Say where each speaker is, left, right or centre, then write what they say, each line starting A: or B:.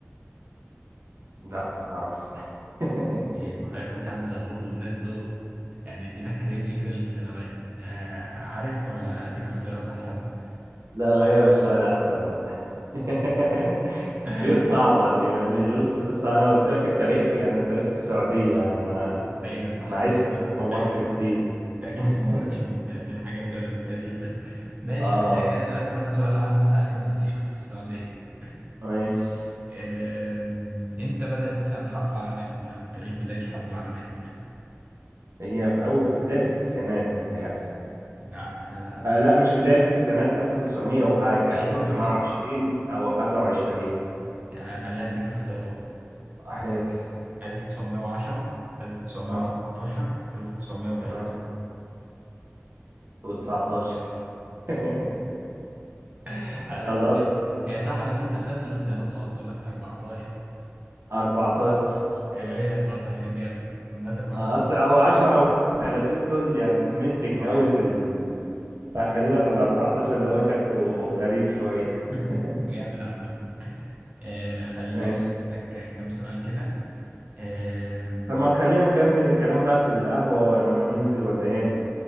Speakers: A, on the right (about 85°); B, on the right (about 35°).
A: لا ما اعرفش <laughs>
B: آه، بقيادة سعد زغلول والناس دول يعني اديتك رينج كده للسنوات آه، عارف ولا أديك اختيارات أحسن؟
A: لا غير السؤال احسن بقى <laughs>
B: <laughs>
A: دي صعبة دي يعني جوز دي صعبة. انا قلت لك التاريخ يعني التاريخ السعودية يعني ما
B: أيوه صح
A: ما
B: أنا
A: عشتش
B: بقول لها.
A: في مصر
B: أيوه
A: كتير
B: أنت أكيد
A: <laughs>
B: ما مرتش بال- بالحاجات دي ولا بالتاريخ ده ماشي
A: اه
B: خلينا كده أسألك مثلا سؤال عام مثلا عشان ما تقوليش كنت في السعودية
A: ماشي
B: أم، امتى بدأت مثلا الحرب العالمية الأولى أو تاريخ بداية الحرب العالمية الأولى؟
A: هي في أو في بداية التسعينات متهيألي
B: ده ده بقى متقطع.
A: آه لا مش بداية التسعينات 1900 وحاجة
B: أيوه
A: 1920
B: بالظبط
A: أو حاجة وعشرين
B: آه، خليني أديك اختيارات
A: حلو
B: 1910 1914
A: اه
B: 1930
A: تمام و19 <laughs>
B: <laughs> آه، آه،
A: غلط
B: هي صح بس أنت سمعت الاختيارات غلط بقول لك 14
A: 14
B: يبقى هي 14 جامد عامة معلومات
A: آه أصل أو 10 و30 دول يعني سيمتريك
B: معاد
A: قوي في ال... فخلينا في ال 14 اللي هو شكله غريب شوية
B: <laughs>
A: <laughs>
B: جامد عامة آه، خليني
A: ماشي
B: أكمل لك كام سؤال كده آه،
A: طب ما خلينا نكمل الكلام بقى في القهوة ولا لما ننزل ولا إيه